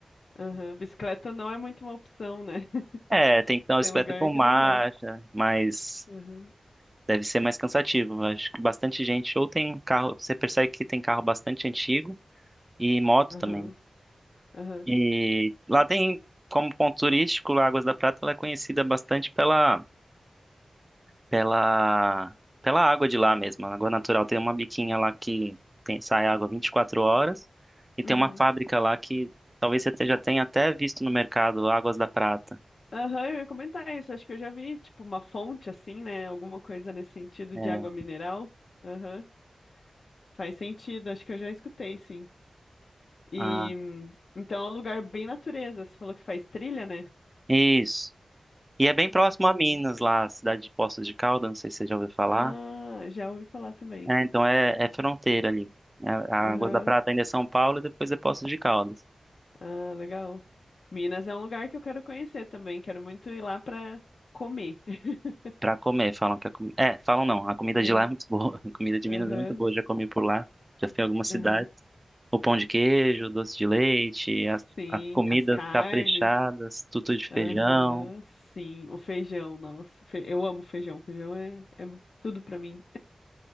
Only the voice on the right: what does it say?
É, tem que ter uma
bicicleta
com
marcha,
mas
deve ser mais cansativo. Acho que bastante gente ou tem carro, você percebe que tem carro bastante antigo e moto
também.
E lá tem, como ponto turístico, lá Águas da Prata, ela é conhecida bastante pela pela pela água de lá mesmo. A água natural tem uma biquinha lá que tem, sai água 24 horas e tem
uma fábrica lá que talvez você te- já tenha até visto no mercado, Águas da Prata.
É.
Ah,
isso. E é bem próximo a Minas, lá, a cidade de Poços de Caldas, não sei se você já ouviu falar.
É, então é, é fronteira ali. É, a
Água da Prata ainda é São Paulo e depois é Poços de Caldas.
Pra comer, falam que a comida. É, falam não, a comida
de lá é muito boa. <laughs> A comida de
Minas é muito boa, já comi por lá, já fui em algumas cidades.
O pão de queijo, o doce de leite, as,
as comidas
caprichadas, tutu de
feijão.